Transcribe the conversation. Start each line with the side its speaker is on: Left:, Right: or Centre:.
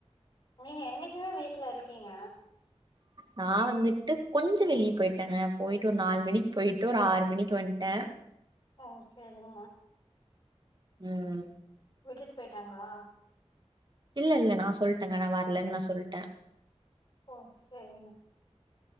Left: நீங்க என்னைக்குதான் வீட்ல இருக்கீங்க
Right: நான் வந்துட்டு கொஞ்சோ வெளியே போயிட்டேங்க போயிட்டு ஒரு நாலு மணிக்கு போயிட்டு ஒரு ஆறு மணிக்கு வண்ட்டே
Left: ஓ செரிங்க
Right: ம்
Left: விட்டுட்டு போய்ட்டாங்களா
Right: இல்ல இல்ல நான் சொல்லிட்டேங்க நான் வரலன்னு நான் சொல்ட்டே
Left: ஓ செரிங்க